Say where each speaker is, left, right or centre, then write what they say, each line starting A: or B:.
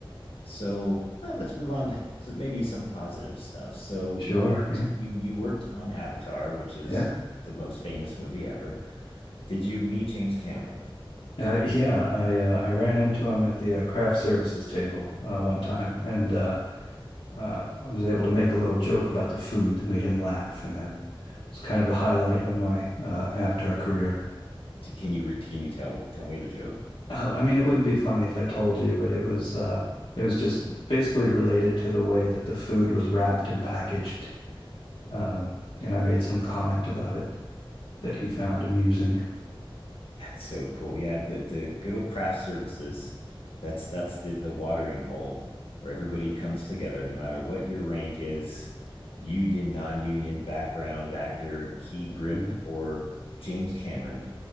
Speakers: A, on the left; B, on the left.
A: So well, let's move on to maybe some positive stuff. So
B: Sure.
A: you worked,
B: Yeah.
A: you you worked on Avatar, which is
B: Yeah.
A: the most famous movie ever. Did you meet James Cameron?
B: Uh, yeah, I uh, I ran into him at the uh, craft services table uh, one time, and uh, uh, I was able to make a little joke about the food that made him laugh, and that It's kind of the highlight of my uh, Avatar career.
A: T- Can you re- can you tell tell me the joke?
B: Uh, I mean, it wouldn't be funny if I told you, but it was uh, it was just basically related to the way that the food was wrapped and packaged. Um, and I made some comment about it that he found amusing.
A: That's so cool. Yeah, the the good old craft services. That's that's the the watering hole where everybody comes together, no matter what your rank is, union, non-union, background, actor, key grip,
B: Mhm.
A: or James Cameron.